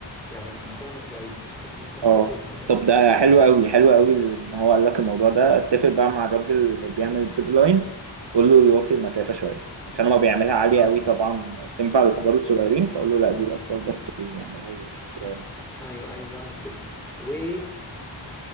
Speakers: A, in the centre; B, on the right.
A: يعني مسافة مش بعيدة عايزين نظبطه
B: اه
A: ان هو ما
B: طب
A: يبقاش
B: ده
A: آه،
B: حلو
A: مسافة
B: قوي حلو
A: بعيدة
B: قوي ان هو قال لك الموضوع ده اتفق بقى مع الراجل اللي بيعمل الزيب لاين قول له يوطي المسافه شويه عشان لو بيعملها عاليه
A: اه
B: قوي طبعا تنفع للكبار والصغيرين فاقول له لا دي الاطفال بس ويعملها للصغير
A: ايوه عايز اعمل كده وممكن